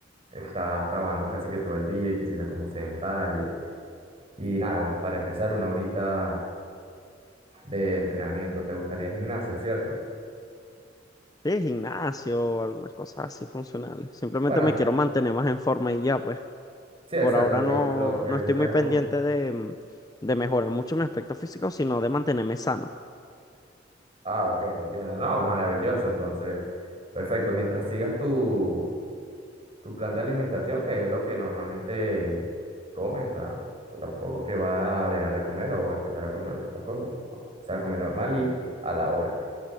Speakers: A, on the right; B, on the left.
A: estás trabajando casi que todo el día y te sientes como sedentario. Y nada, para empezar, una horita de entrenamiento. ¿Te gustaría el gimnasio, cierto?
B: Sí, gimnasio, algunas cosas así funcionales. Simplemente
A: Bueno,
B: me quiero mantener más en forma y ya, pues.
A: sí, exacto.
B: Por ahora
A: Lo
B: no,
A: que, lo que
B: no
A: buscas
B: estoy muy
A: es
B: pendiente
A: un...
B: de, mm, de mejorar mucho mi aspecto físico, sino de mantenerme sano.
A: Ah, ok, entiendo. No, maravilloso, entonces. Perfecto. Mientras sigas tú tu plan de alimentación, que es lo que normalmente comes, o sea, o sea, tampoco que va a dejar de comer o empezar a comer otras cosas, ¿no? Empezar a comer normal y a la hora.